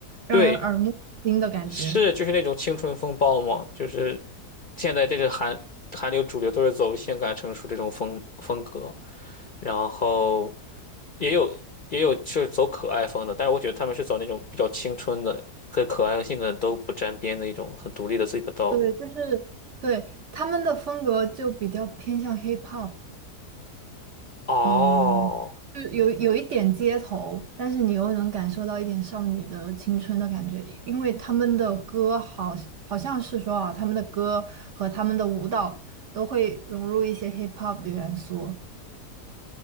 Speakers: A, on the right (about 55°); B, on the left (about 45°).
A: 让人耳目一新的感觉。
B: 对，是就是那种青春风暴吗？就是现在这是韩韩流主流都是走性感成熟这种风风格，然后也有也有是走可爱风的，但是我觉得他们是走那种比较青春的，跟可爱和性感都不沾边的一种很独立的自己的道路。
A: 对，就是对他们的风格就比较偏向 hip hop，
B: 哦，
A: 嗯。就有有一点街头，但是你又能感受到一点少女的青春的感觉，因为他们的歌好好像是说啊，他们的歌和他们的舞蹈都会融入一些 hip hop 的元素，